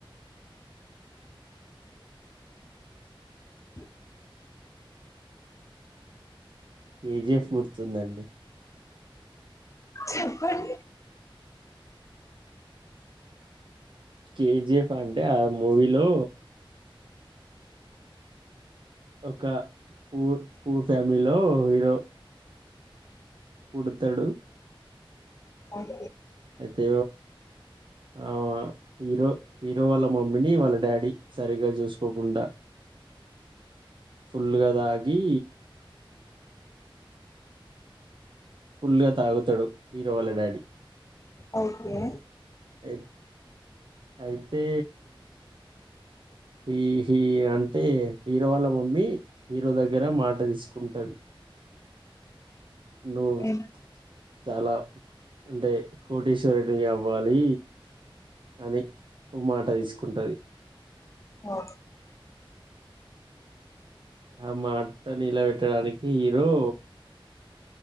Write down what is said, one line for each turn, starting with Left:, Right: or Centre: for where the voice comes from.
Left: అ
Right: కేజిఎఫ్ గుర్తుందండి
Left: చెప్పండి
Right: కేజీఎఫ్ అంటే ఆ మూవీలో ఒక పూర్ పూర్ ఫ్యామిలీలో హీరో పుడతడు
Left: అ
Right: అయితే ఆ హీరో హీరో వాళ్ళ మమ్మీని వాళ్ళ డాడీ సరిగ్గా చూసుకోకుండా ఫుల్గా తాగి ఫుల్ గా తాగుతాడు హీరో వాళ్ల డాడీ
Left: అయితే
Right: అయి అయితే హి హీ అంటే హీరో వాళ్ళ మమ్మీ హీరో దగ్గర మాట తీసుకు ఉంటది నువ్వు
Left: ఏం
Right: చాలా అంటే కోటేశ్వరుడివి అవ్వాలి అని మాట తీసుకుంటాది
Left: ఆఓ
Right: ఆ మాట నిల బెట్టడానికి హీరో